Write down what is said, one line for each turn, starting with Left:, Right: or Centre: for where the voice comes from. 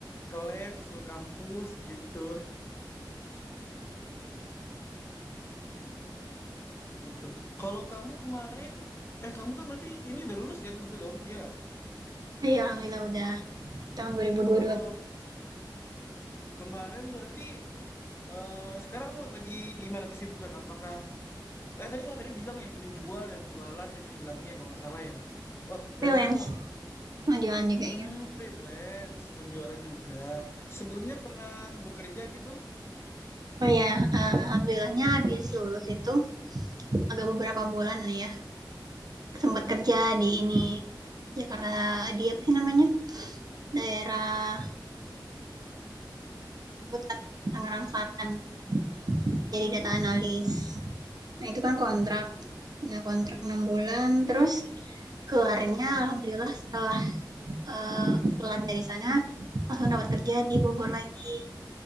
Left: ke lab, nggak usah ke kampus gitu <laughs> gitu. Kalau kamu kemarin, eh kamu kan berarti ini udah lulus kan tentu dong, iya kan?
Right: iya, alhamdulillah udah tahun 2022
Left: Oh kemarin berarti eh, sekarang lagi gimana kesibukan? Apakah Eh tadi oh tadi bilang ya menjual ya jualan tadi dibilangnya kalau nggak salah ya. Oh
Right: freelance
Left: berarti kalau
Right: mau jualan juga
Left: hmm,
Right: ya.
Left: freelance dan jualan juga. Sebelumnya pernah bekerja gitu?
Right: Oh ya, eh, alhamdulillahnya habis lulus itu agak beberapa bulan lah ya sempat kerja di ini Jakarta di apa sih namanya daerah Putat Tangerang Selatan jadi data analis nah itu kan kontrak nah kontrak enam bulan terus keluarnya alhamdulillah setelah eh, keluar dari sana langsung dapat kerja di Bogor lagi